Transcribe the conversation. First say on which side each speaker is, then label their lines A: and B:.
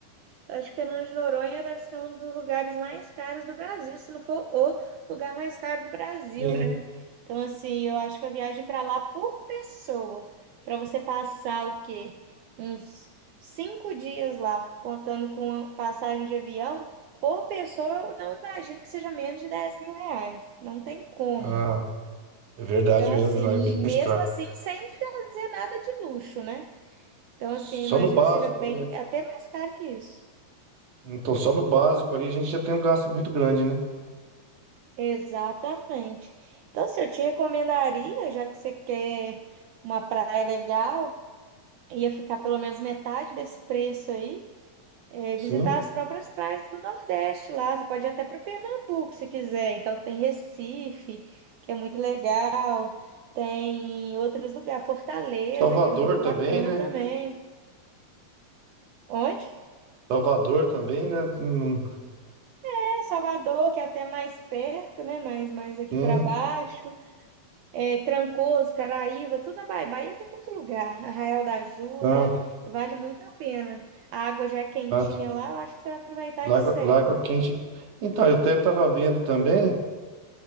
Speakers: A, on the right; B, on the right.
A: Acho que Fernando de Noronha deve ser um dos lugares mais caros do Brasil, se não for o lugar mais caro do Brasil,
B: Sim.
A: né? Então, assim, eu acho que a viagem para lá por pessoa, para você passar o quê? Uns cinco dias lá, contando com a passagem de avião, por pessoa, eu não imagino que seja menos de dez mil reais. Não tem como.
B: Ah, é verdade
A: Então,
B: mesmo,
A: assim,
B: lá é bem
A: e mesmo
B: mais caro.
A: assim, sem fazer nada de luxo, né? Então, assim,
B: Só
A: eu imagino
B: no básico
A: que seja bem,
B: ali, né?
A: até mais caro que isso.
B: Então só no básico ali a gente já tem um gasto muito grande, né?
A: Exatamente. Então, se eu te recomendaria, já que você quer uma praia legal, ia ficar pelo menos metade desse preço aí, é,
B: Sim.
A: visitar as próprias praias do Nordeste lá. Você pode ir até para Pernambuco se quiser. Então, tem Recife, que é muito legal, tem outros lugares, Fortaleza,
B: Salvador
A: que é muito
B: também,
A: bacana
B: né?
A: também. Onde
B: Salvador também, né? Hum,
A: é Salvador, que é até mais perto, né? Mais, mais aqui
B: Sim.
A: para baixo. É, Trancoso, Caraíva, tudo na Bahia. Bahia tem muito lugar. Arraial da Ajuda,
B: Ah,
A: vale muito a pena. A água já é quentinha
B: ah.
A: lá, eu acho que você vai aproveitar
B: Lagoa,
A: de certo.
B: Lagoa Quente. Então, eu até estava vendo também.